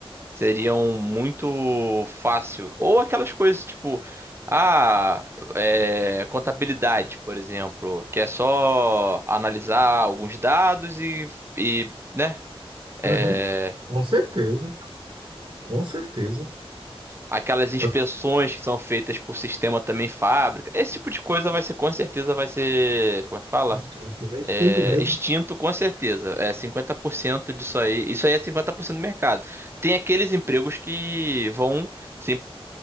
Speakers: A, on the right; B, on the right.
A: seriam muito fácil. Ou aquelas coisas tipo, ah, é, contabilidade, por exemplo, que é só analisar alguns dados e, e né? é,
B: Uhum. Com certeza, com certeza.
A: aquelas inspeções
B: Pode
A: que são feitas por sistema também fábrica. Esse tipo de coisa vai ser, com certeza, vai ser, como é que fala?
B: ser instinto, né? Instinto
A: É,
B: mesmo.
A: extinto, com certeza. É 50% disso aí. Isso aí é 50% do mercado. Tem aqueles empregos que vão se